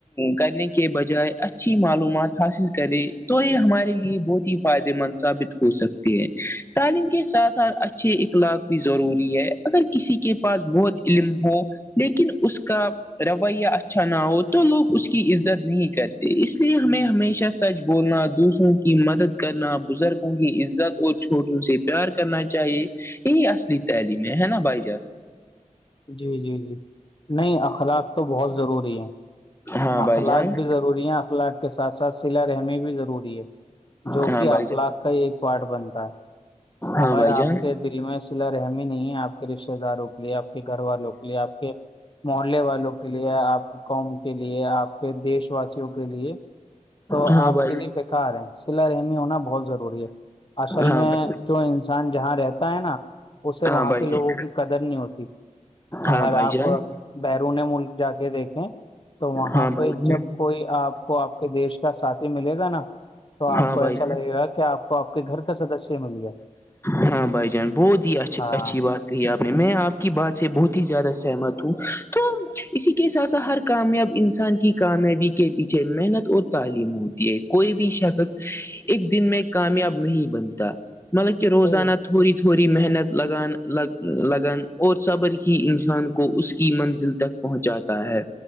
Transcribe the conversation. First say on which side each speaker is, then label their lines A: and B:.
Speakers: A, on the left; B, on the left.
A: کرنے کے بجائے اچھی معلومات حاصل کریں تو یہ ہمارے لیے بہت ہی فائدے مند ثابت ہو ہو سکتی ہیں تعلیم کے ساتھ ساتھ اچھے اخلاق بھی ضروری ہے اگر کسی کے پاس بہت علم ہو لیکن اس کا رویہ اچھا نہ ہو تو لوگ اس کے کی عزت نہیں کرتے اس لیے ہمیں ہمیشہ سچ بولنا دوسروں کی مدد کرنا بزرگوں کی عزت اور چھوٹوں سے پیار کرنا چاہیے یہی اصلی تحلیم ہے ہے نا بھائی جان
B: جی جی جی نہیں اخلاق تو بہت ضروری ہے
A: ہاں بھائی
B: اخلاق
A: جان
B: بھی ضروری ہے اخلاق کے ساتھ ساتھ سلہ رحمی بھی ضروری ہے جو
A: ہاں
B: کہ
A: بھائی
B: اخلاق
A: جان
B: کا ہی ایک پارٹ بنتا ہے
A: ہاں
B: اگر
A: بھائی
B: آپ
A: جان
B: کے دل میں صلا رحمی نہیں ہے آپ آ کے رشتے داروں کے لیے آپ کے گھر والوں کے لیے آپ کے محلے والوں کے لیے آپ کی قوم کے لیے آپ کے دیش واسیوں کے لیے تو
A: ہاں
B: آپ
A: بھائی
B: کے لیے بیکار ہے صلا رہمی ہونا بہت ضروری ہے اصل
A: ہاں
B: میں جو انسان جہاں رہتا ہے نا اسے
A: ہاں
B: وہاں
A: بھائی
B: کے لوگوں
A: جان
B: کی قدر نہیں ہوتی اگر
A: ہاں بھائی
B: آپ
A: جان
B: بیرون ملک جا کے دیکھیں تو وہاں
A: ہاں بھائی
B: پہ
A: جان
B: جب کوئی آپ کو آپ کے دیش کا ساتھی ملے گا نا تو آپ
A: ہاں
B: کو
A: بھائی
B: ایسا لگے گا کہ آپ کو آپ کے گھر کا سدسیہ مل گیا
A: ہاں بھائی جان بہت ہی اچ
B: ہاں
A: اچھی بات کہی آپ میں آپ کی بات سے بہت ہی زیادہ سہمت ہوں تو اسی کے ساتھ سات ہر کامیاب انسان کی کامیابی کے پیچھے محنت اور تعلیم ہوتی ہے کوئی بھی شخص ایک دن میں کامیاب نہیں بنتا مطلب کہ روزانہ
B: صحیح ہے
A: تھوڑی تھوڑی محنت لگان لگ لگن اور صبر ہی انسان کو اس کی منزل تک پہنچاتا ہے